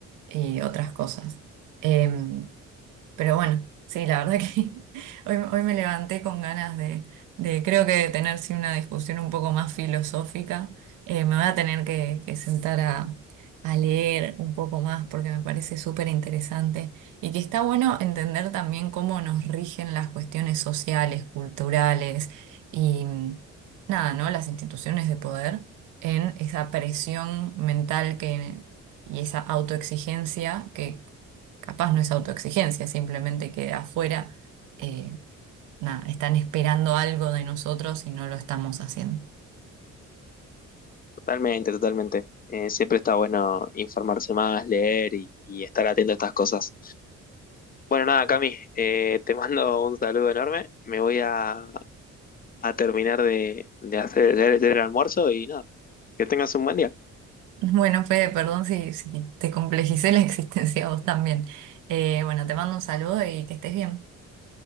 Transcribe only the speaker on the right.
y otras cosas. Em, pero bueno, sí, la verdad que <laughs> hoy, hoy me levanté con ganas de, de creo que de tener sí, una discusión un poco más filosófica. Eh, me voy a tener que, que sentar a, a leer un poco más porque me parece súper interesante y que está bueno entender también cómo nos rigen las cuestiones sociales, culturales y mm, nada, ¿no? Las instituciones de poder en esa presión mental que, y esa autoexigencia que Capaz no es autoexigencia, simplemente que afuera eh, nada, están esperando algo de nosotros y no lo estamos haciendo. <laughs>
Bueno, Fede, perdón si, si te complejicé la <laughs> existencia a vos también. Eh, bueno, te mando un saludo y que estés bien.